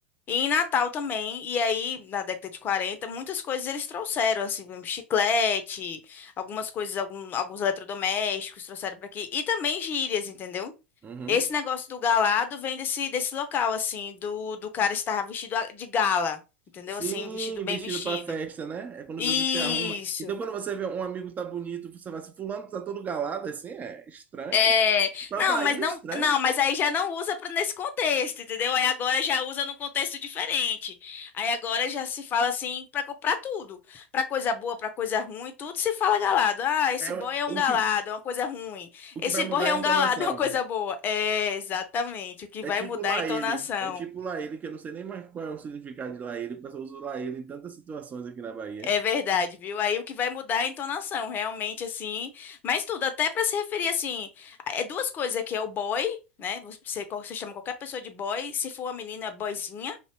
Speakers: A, on the left (about 30°); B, on the right (about 25°).
A: E em Natal também, e aí na década de 40 muitas coisas eles trouxeram, assim, mesmo chiclete, algumas coisas, algum- alguns eletrodomésticos trouxeram para aqui, e também gírias, entendeu?
B: Uhum.
A: Esse negócio do galado vem desse, desse local, assim, do, do cara estar vestido a- de gala, entendeu?
B: Sim,
A: Assim, vestido bem
B: vestido
A: vestido.
B: para festa, né? É quando
A: Isso.
B: você se arruma. Então, quando você vê um amigo tá bonito, você vai assim, fulano tá todo galado, assim, é estranho.
A: É,
B: Pra
A: não,
B: Bahia,
A: mas não,
B: é estranho.
A: não, mas aí já não usa pra nesse contexto, entendeu? Aí agora já usa num contexto diferente. Aí agora já se fala assim pra comprar tudo, Pra coisa boa, pra coisa ruim, tudo se fala galado. Ah, esse
B: É
A: boy é um galado,
B: o que,
A: é uma coisa ruim.
B: o
A: Esse
B: que vai mudar
A: boy é
B: é a
A: um
B: entonação.
A: galado, <laughs> é uma coisa boa. É, exatamente, o que
B: É
A: vai
B: tipo
A: mudar
B: lá
A: é a entonação.
B: ele. É tipo lá ele, que eu não sei nem mais qual é o significado de lá ele. O pessoal usa lá ele em tantas situações aqui na Bahia.
A: É verdade, viu? Aí o que vai mudar é a entonação, realmente, assim. Mas tudo, até para se referir, assim, é duas coisas aqui, é o boy, né? Você, você chama qualquer pessoa de boy, se for uma menina, é boyzinha.